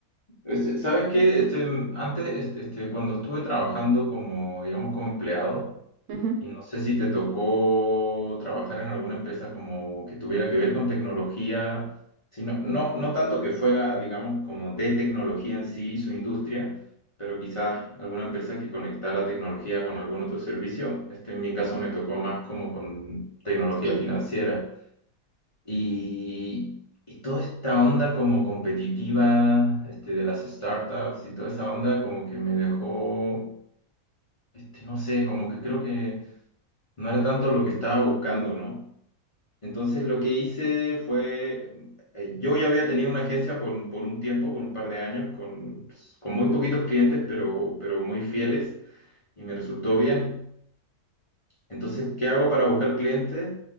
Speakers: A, on the left (about 35°); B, on the right (about 65°).
A: Este, ¿sabes qué? Este, antes, este, este, cuando estuve trabajando como, digamos, como empleado,
B: <laughs> Ujú.
A: Y no sé si te tocó trabajar en alguna empresa como que tuviera que ver con tecnología, sino, no, no no tanto que fuera, digamos, como de tecnología en sí, su industria, pero quizás alguna empresa que conectara tecnología con algún otro servicio. Este en mi caso me tocó más como con tecnología
B: Sí,
A: financiera. Y, y toda esta onda como competitiva, este, de las startups y toda esa onda como que me dejó, este, no sé, como que creo que no era tanto lo que estaba buscando, ¿no? Entonces lo que hice fue, eh, yo ya había tenido una agencia por, un- por un tiempo, por un par de años, con, con muy poquitos clientes, pero, pero muy fieles y me resultó bien. Entonces, ¿qué hago para buscar clientes?